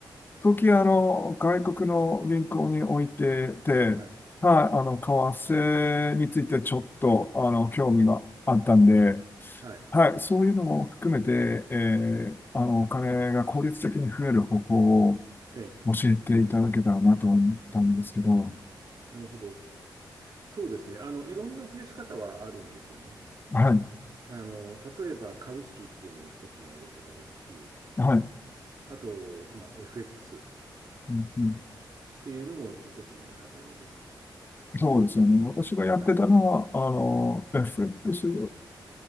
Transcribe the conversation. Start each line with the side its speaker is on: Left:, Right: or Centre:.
Left: 時あの、外国の銀行に置いてて、
Right: はい、
Left: はい、あの、為替についてちょっと、あの、興味があったんで、
Right: はい、
Left: はい、そういうのも含めて、えーあの、お金が効率的に増える方法を
Right: ええ、
Left: 教えていただけたらなと思ったんですけど、
Right: なるほど。そうですね。あの、いろんな増やし方はあるんですよね。
Left: は
Right: あの、例えば株式っていうのも一つのやり方ですし、
Left: い、はい、
Right: あと、まあ、FX っ
Left: うんうん、
Right: ていうのも一つのやり方ですよね。
Left: そうですよね。私がやってたのは、
Right: はい。
Left: あの、FX の